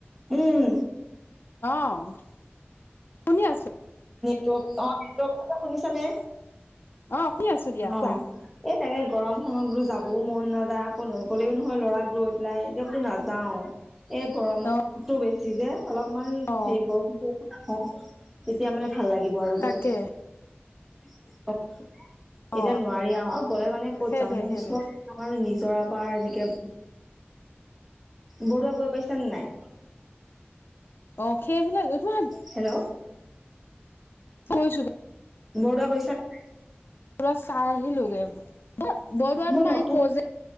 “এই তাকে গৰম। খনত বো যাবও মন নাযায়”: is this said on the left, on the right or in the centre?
Centre